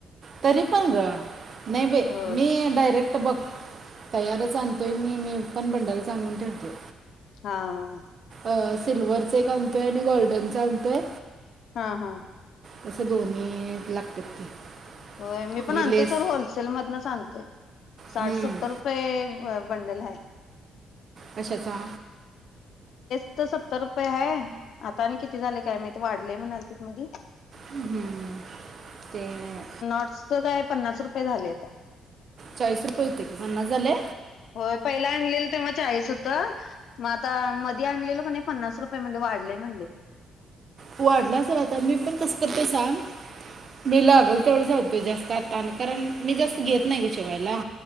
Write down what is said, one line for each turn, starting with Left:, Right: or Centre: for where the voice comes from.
Right: तरी पण ग नाही बाई
Left: होय
Right: मी डायरेक तिथं बघ तयारच आणतोय मी मी पण बंडलच आणून ठेवतोय.
Left: हा हा
Right: अ सिल्वरच एक आणतोय आणि गोल्डनच आणतोय.
Left: हा हा
Right: तंस दोन्ही लागत्यात ते
Left: होय मी
Right: आणि
Left: पण आणतोय
Right: लेस
Left: सोड होलसेल मधनच आणतोय साठ
Right: हम्म,
Left: सत्तर रुपये बंडल हाय
Right: कशाचा
Left: तिथं सत्तर रुपय हाय आता आणि किती झालाय काय माहित वाढलय म्हणालतीत मधी
Right: हम्म ते अ
Left: अस्तर काय पन्नास रुपये झालय आता
Right: चाळीस रुपये होते की पन्नास झाले
Left: होय पहिला आणलेलं तेव्हा चाळीस होत म आता मधी आणलेलो कनाई पन्नास रु होय म्हणल वाढलय म्हणल
Right: वाढल असलं आता मी पण कसं होतय सांग मी लागलं तेवढच आणतोय जास्त आता आणत कारण मी जास्त घेत नाही ग शिवायला